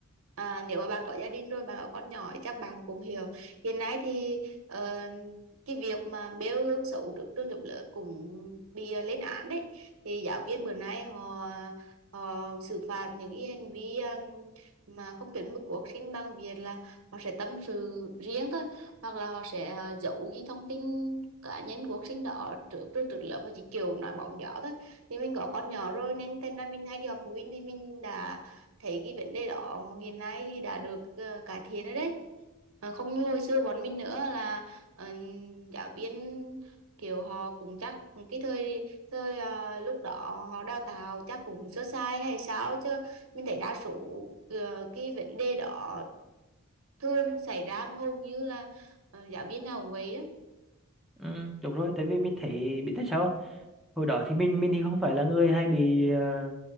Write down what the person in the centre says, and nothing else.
ừ, đúng rồi tại vì mình thấy biết tại sao không? hồi đó thì mình mình thì không phải là người hay bị ờ,